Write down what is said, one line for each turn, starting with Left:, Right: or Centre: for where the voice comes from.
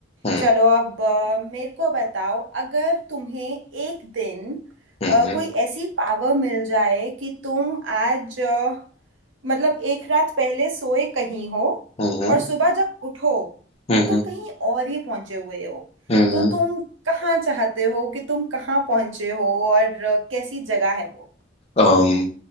Left: हम्म
Right: चलो अब अ, मेरे को बताओ अगर तुम्हें एक दिन
Left: हम्म
Right: अ, कोई ऐसी पावर मिल जाए कि तुम आज अ, मतलब एक रात पहले सोए कहीं हो
Left: हम्म
Right: और सुबह जब उठो
Left: हम्म
Right: तो तुम कहीं और ही पहुंचे हुए हो
Left: हम्म
Right: तो तुम कहाँ चाहते हो कि तुम कहाँ पहुंचे हो और अ, कैसी जगह है वो
Left: um,